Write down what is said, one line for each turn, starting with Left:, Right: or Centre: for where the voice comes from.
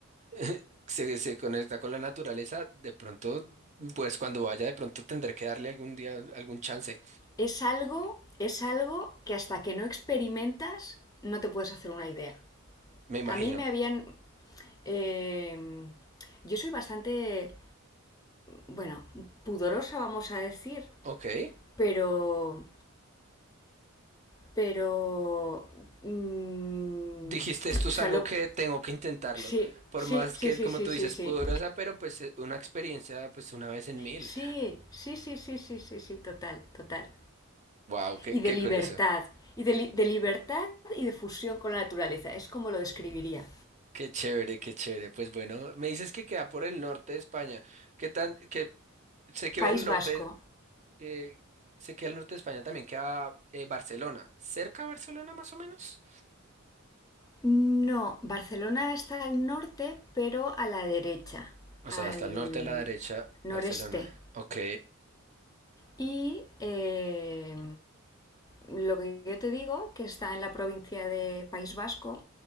Right: <laughs> se, se conecta con la naturaleza, de pronto, pues cuando vaya, de pronto tendré que darle algún día algún chance,
Left: Es algo, es algo que hasta que no experimentas no te puedes hacer una idea.
Right: me imagino.
Left: A mí me habían... eh, yo soy bastante, bueno, pudorosa, vamos a decir,
Right: Ok.
Left: pero pero... mm,
Right: Dijiste, esto es
Left: o sea,
Right: algo
Left: lo...
Right: que tengo que intentarlo.
Left: Sí,
Right: Por
Left: sí,
Right: más
Left: sí,
Right: que,
Left: sí,
Right: como
Left: sí,
Right: tú
Left: sí,
Right: dices,
Left: sí.
Right: pudorosa, pero pues eh, una experiencia, pues una vez en mil.
Left: Sí, sí, sí, sí, sí, sí, sí, sí, total, total.
Right: Wow, qué,
Left: Y de
Right: qué
Left: libertad,
Right: curioso.
Left: y de, li- de libertad y de fusión con la naturaleza, es como lo describiría.
Right: Qué chévere, qué chévere. Pues bueno, me dices que queda por el norte de España. ¿Qué tan, que sé que
Left: País
Right: en el norte,
Left: Vasco.
Right: eh, sé que al norte de España también queda eh, Barcelona. ¿Cerca a Barcelona más o menos?
Left: No, Barcelona está al norte, pero a la derecha,
Right: O
Left: al
Right: sea, hasta el norte a la derecha,
Left: noreste.
Right: Barcelona. Ok.
Left: Y eh, lo que yo te digo, que está en la provincia de País Vasco,